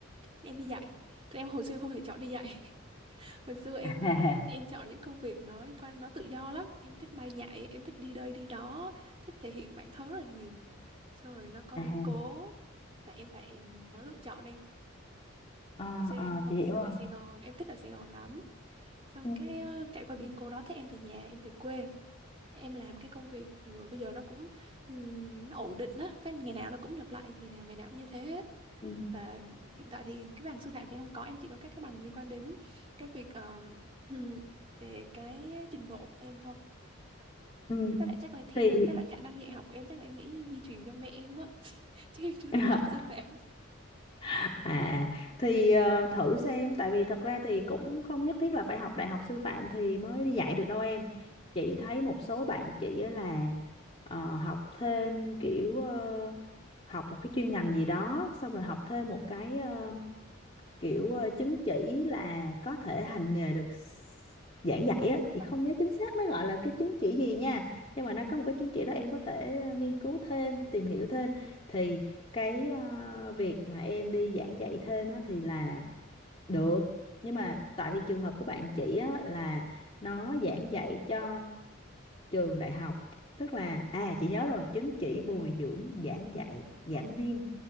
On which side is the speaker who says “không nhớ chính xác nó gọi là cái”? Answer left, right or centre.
Left